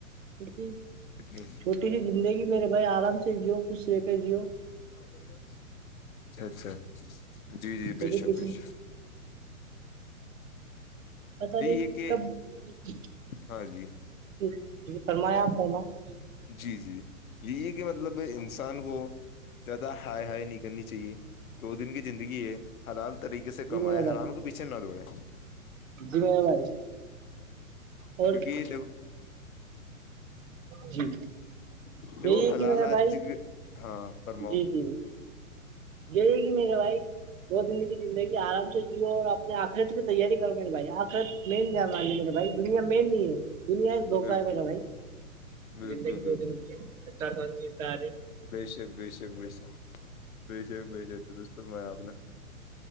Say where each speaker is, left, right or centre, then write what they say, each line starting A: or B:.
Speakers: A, on the right (about 65°); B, on the left (about 70°).
A: جی <inaudible>
B: کتنی <inaudible>
A: چھٹی زندگی میرے بھائی آرام سے جیو خوش رہے کے جیو
B: اچھ اچھا جی جی
A: کبھی
B: بے شک
A: کسی
B: بےش
A: پتا رہ
B: ہے کہ
A: کب ج
B: ہاں جی
A: ج فرمایا آپ فرما <inaudible>
B: جی جی یہی ہے کہ مطلب انسان کو زیادہ ہائے ہائے نہیں کرنی چاہیے دو دن کی زندگی ہے حلال طریقے سے
A: جی
B: کمائے
A: میرا بھائی
B: حرام کے پیچھے نہ دوڑیں
A: جی میں بھائی اور
B: کیونکہ
A: <inaudible>
B: دیکھو
A: جی یہی
B: دیکھو حلال
A: ہے کہ م
B: آج
A: بھائی <inaudible>
B: ہاں فرماؤ
A: جی جی گئی گی میرے بھائی وہ د کی زندگی آرام سے جیو اور اپنے آ خرید کی تیاری کرو گ مے بھائی آخر مین دیا مان لے میرا بھائی دنیا مین نہیں ہے دنیا دھوکا
B: بالکل
A: ہے م نا بھائی
B: بالکل
A: زندگی دو دن کی اھا سی آ رہے
B: بی شک ب شک بیشک بی شک بی شک درستست میں آ نے